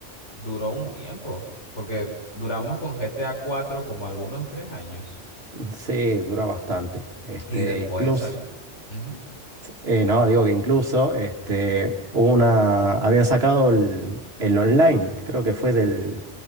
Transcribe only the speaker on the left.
duró un tiempo, porque duramos con GTA cuatro como algunos tres años
y después
salió. Ujú.